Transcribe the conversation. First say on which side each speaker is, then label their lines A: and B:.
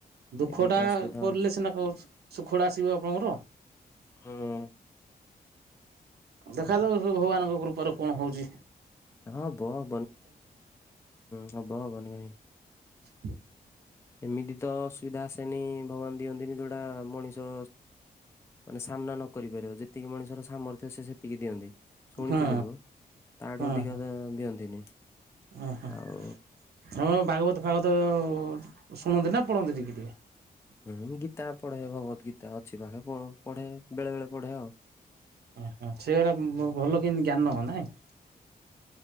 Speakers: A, on the right; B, on the left.
A: ଦୁଃଖ
B: ଏଇ ଦିଟା
A: ଟା
B: ଅସୁବିଧା
A: କରଲେ ସିନା କ ସୁଖ ଟା ଆସିବ ଆପଣଙ୍କର।
B: ହଁ।
A: ଦେଖା ଯାଉ ସେ ଭଗବାନଙ୍କ କୃପାରେ କଣ ହୋଉଚି।
B: ହଁ <unintelligible> ହୁଁ ହଁ ହବ ହବନି କାହିଁ।
A: <inaudible>
B: ଏମିତି ତ ଅସୁବିଧା ଆସେନି ଭଗବାନ ଦିଅନ୍ତିନି ଯୋଉଟା ମଣିଷ ମାନେ ସାମ୍ନା ନ କରିପାରିବ ଯେତିକି ମଣିଷର ସାମର୍ଥ୍ୟ ସେତିକି ଦିଅନ୍ତି। ଶୁଣିଥିଲି
A: ହଁ
B: ମୁଁ ତାଠୁ
A: ହଁ
B: ଅଧିକ
A: ହଁ
B: ଦିଅନ୍ତିନି।
A: ଓହୋ
B: ଆଉ
A: ଆମ ଭାଗବତ ଫାଗବତ ଶୁଣନ୍ତି ନା ପଢ଼ନ୍ତି ଟିକେ
B: ହୁଁ ଗୀତା ପଢେ ଭଗବତ ଗୀତା ଅଛି ପାଖେ ପଢେ ବେଳେ ବେଳେ ପଢେ ଆଉ।
A: ଓ ହୋ ସେଗଟା ଭଲ କେମତି ଜ୍ଞାନ ନହ ନାଇଁ।